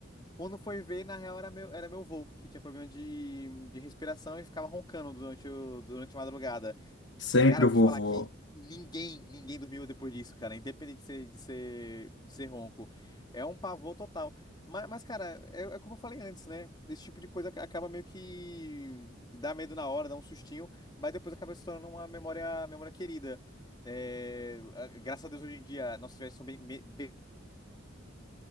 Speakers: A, on the left; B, on the left.
A: Quando foi ver, na real, era meu, era meu avô, que tinha problema de, de respiração e ficava roncando durante, o, durante a madrugada.
B: Sempre
A: Cara, vou
B: o vovô.
A: te falar que ninguém, ninguém dormiu depois disso, cara, independente de ser, de ser, de ser ronco. É um pavor total. Mas, mas cara, é, é como eu falei antes, né? Esse tipo de coisa acaba meio que dá medo na hora, dá um sustinho, mas depois acaba se tornando uma memória, memória querida. É, a- graças a Deus, hoje em dia, nossas viagens são bem, me- bem